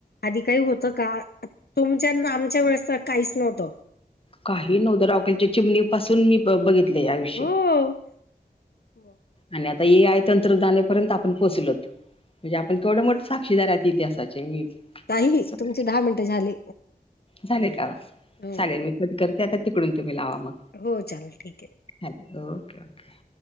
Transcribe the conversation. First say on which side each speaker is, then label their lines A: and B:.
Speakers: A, on the left; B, on the left.
A: आधी काही हो त का? तुमच्या अन आमच्या वेळेस तर काहीच नव्हतं.
B: काही नव्ह द रॉकेलच्या चिमणी पासून मी बघितलंय आयुष्य.
A: हो हो
B: आणि आता ए आय तंत्रज्ञानापर्यंत आपण पोचलोत. म्हणजे आपण केवढे मोठे साक्षीदार आहेत इतिहासाचे.
A: ताई
B: झाले,
A: तुमचे दहा मिनटं झाले.
B: झाले का
A: हो.
B: चालेल मी कट करते आता तिकडून तुम्ही लावा मग.
A: हो चालेल ठीक आहे.
B: Hello okay okay